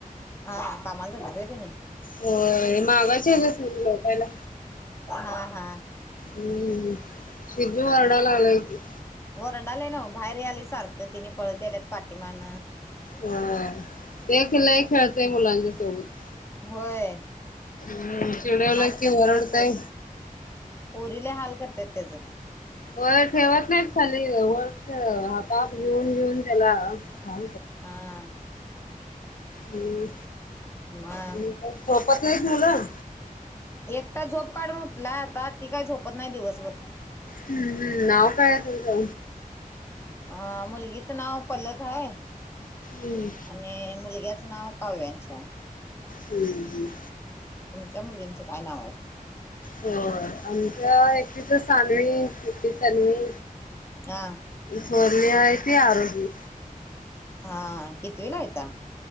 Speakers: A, on the left (about 15°); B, on the left (about 65°).
A: हा कमाल तर घेतय त
B: हो मागाचे स लोकााला
A: हा हा
B: हम्म सिधू मरडाला आलाय क
A: वरडालाय ना बाहेर आले सारखं तिने पळत आल्यात पाठीिमान
B: हा ते खलाय खेळतय मुलांच्या सोबत
A: होय
B: हम् चिडवला
A: हाल
B: कि
A: करत्याता
B: वरडतय
A: पोरी पोरी लय हाल करत्यात त्याच
B: वय ठेवत नाहीत खली वळ हातात घेऊन घेऊन त्याला हा
A: हां
B: हम्म
A: मग
B: आणि सोपत नाहीत मुलं
A: एकता झोप काढून उठला आता ती काही झोपत नाही दिवसभर
B: हम्म हम् नाव कायच का
A: हा मुलगीचं नाव पलक आहे
B: हम्म
A: आणि मुलग्याचं नाव काव्यांश आहे
B: हम्म हम
A: तुमच्या मुलींचे काय नाव आहे
B: हो आमच्या एकटीच सनवी एकटी तनवी
A: हा
B: पोर्णी आहे त आरोगी
A: हा कितीवी लायता